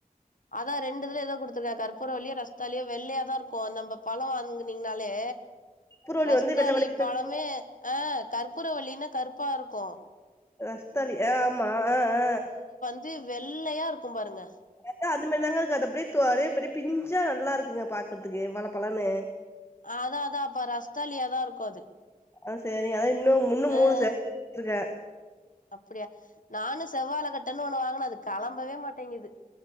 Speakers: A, on the left; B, on the left.
A: அதா ரெண்டிதுல எதோ குடுத்துருக்க கற்பூர வல்லியோ ரஸ்தாலியோ வெள்ளையாதா இருக்கு நம்ப பழோ வாங்குனிங்கனாலே
B: கற்பூரவள்ளி
A: ரஸ்தாலி
B: வந்து வெள்ள வெள்ளேன்னு
A: பழமே
B: இருக்கும்.
A: ஆ கற்பூர வல்லினா கறுப்பா இருக்கு
B: ரஸ்தாலி ஆ ஆமா ஆ ஆ
A: இது வெள்ளையா இருக்கும் பாருங்க
B: அது அத மாரி தாங்க இருக்கு அது அப்டியே தோ அப்படியே பிஞ்சா நல்லா இருக்குங்க பாக்கறதுக்கு பல பலன்னு
A: ஆ அதா அதா அப்ப ரஸ்தாலியாதா இருக்கு அது
B: ஆ செரிங்க அதா இன்னு மூண்ணு மூணு
A: ஆ
B: சே வச்சிருக்கே
A: அப்டியா நானு செவ்வாழ கட்டன்னு ஒண்ணு வாங்கன அது களம்பவே மாட்டேங்குது